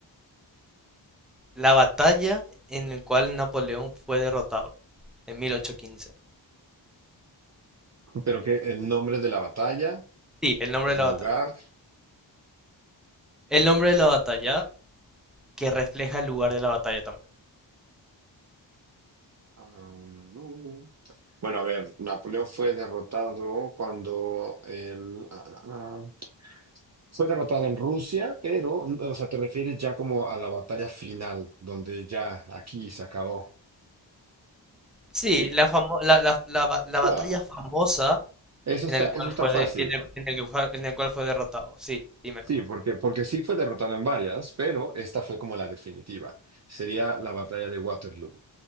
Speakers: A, in the centre; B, on the right.
A: la batalla en la cual Napoleón fue derrotado en 1815.
B: Pero que el nombre de la batalla
A: Sí, el nombre
B: o
A: de
B: el
A: la
B: lugar.
A: batalla. El nombre de la batalla que refleja el lugar de la batalla también.
B: ah, no, no. Bueno, a ver, Napoleón fue derrotado cuando el... ah, ah, ah, Fue derrotada en Rusia, pero, o sea, te refieres ya como a la batalla final, donde ya aquí se acabó,
A: Sí,
B: ¿sí?
A: la, famo- la, la- la ba- la batalla
B: Bueno,
A: famosa
B: eso
A: en
B: está,
A: el
B: eso
A: cual
B: está
A: fue
B: fácil.
A: de- en el, en el que fue- en el cual fue derrotado. Sí, dímelo.
B: Sí, porque, porque sí fue derrotada en varias, pero esta fue como la definitiva. Sería la batalla de Waterloo.